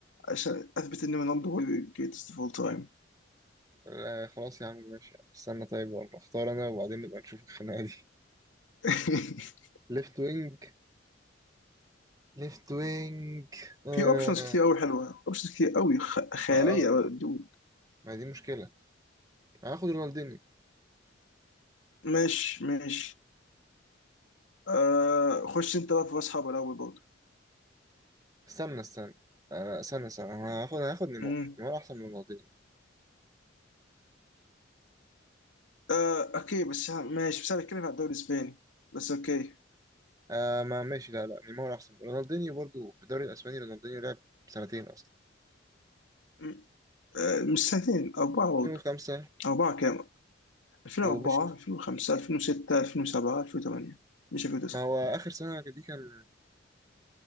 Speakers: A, on the left; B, on the right.
A: عشان أثبت إن رونالدو هو ال greatest of all time
B: آه خلاص يا عم ماشي يا عم. استنى طيب والله اختار انا وبعدين نبقى نشوف الخناقة دي
A: <laughs>
B: ليفت وينج ليفت وينج آه
A: في أوبشنز كتير أوي حلوة أوبشنز كتير أوي خ- خيالية
B: ما اه
A: بقى، دود
B: ما هي دي مشكلة هاخد رونالدينيو
A: ماشي ماشي آه خش أنت بقى في أصحاب الأول برضه
B: استنى استنى انا استنى استنى أنا هاخد انا هاخد نيمار
A: أمم.
B: نيمار احسن من رونالدينيو
A: آه أوكي بس ها- ماشي بس أنا بتكلم عن الدوري الإسباني بس أوكي
B: آه ما ماشي لا لا نيمار احسن رونالدينيو برضو في الدوري الاسباني رونالدينيو لعب سنتين اصلا
A: أمم. آه مش سنتين أربعة برضه
B: 2005
A: أربعة كام 2004
B: ومشي في-
A: 2005 2006 2007 2008 مش 2009
B: ما هو اخر سنه دي كان